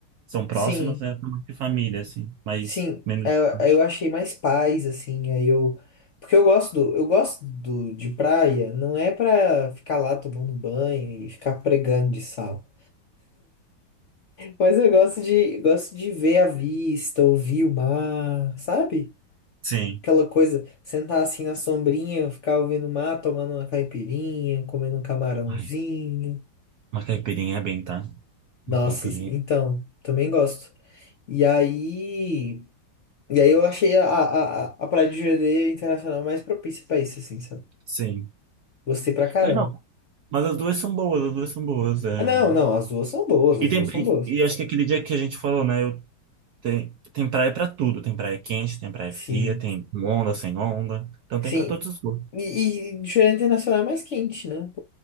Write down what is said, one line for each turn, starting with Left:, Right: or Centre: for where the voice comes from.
Right: São próximas,
Left: Sim,
Right: é tamanho de família, assim, mas
Left: sim.
Right: menos
Left: Eu,
Right: de 20.
Left: eu achei mais paz, assim. Aí eu... Porque eu gosto do, eu gosto do, de praia. Não é pra ficar lá tomando banho e ficar pregando de sal. Mas eu gosto de, gosto de ver a vista, ouvir o mar, sabe?
Right: Sim.
Left: Aquela coisa, sentar assim na sombrinha, ficar ouvindo o mar, tomando uma caipirinha, comendo um camarãozinho.
Right: Ai, uma caipirinha é bem, tá?
Left: Nossa,
Right: Uma caipirinha.
Left: assim, então, também gosto. E aí, e aí eu achei a, a, a a Praia de Jureira Internacional mais propícia pra isso, assim, sabe?
Right: Sim.
Left: Gostei pra caramba.
Right: É, não, mas as duas são boas, as duas são boas. É...
Left: Ah, não, não, as duas são boas, as
Right: E, tem,
Left: duas são boas.
Right: e, e acho que aquele dia que a gente falou, né? Eu, tem, tem praia pra tudo. Tem praia quente, tem praia
Left: Sim,
Right: fria, tem com onda, sem onda. Então
Left: sim.
Right: tem pra todos os gostos.
Left: E, e Jureira Internacional é mais quente, né?